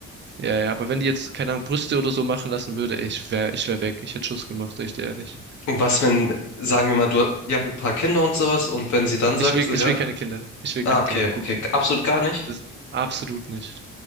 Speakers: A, on the right; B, on the left.
A: Ja, ja, aber wenn die jetzt, keine Ahnung, Brüste oder so machen lassen würde, ey, ich wär, ich wär weg. Ich hätte Schluss gemacht, sag ich dir ehrlich.
B: Und was, wenn, sagen wir mal, du, ihr habt ein paar Kinder und sowas, und wenn sie dann
A: Ich
B: sagt,
A: will,
B: so,
A: ich
B: ja,
A: will keine Kinder. Ich will
B: ah,
A: keine
B: okay,
A: Kinder,
B: okay,
A: wirklich.
B: absolut gar nicht.
A: Das absolut nicht.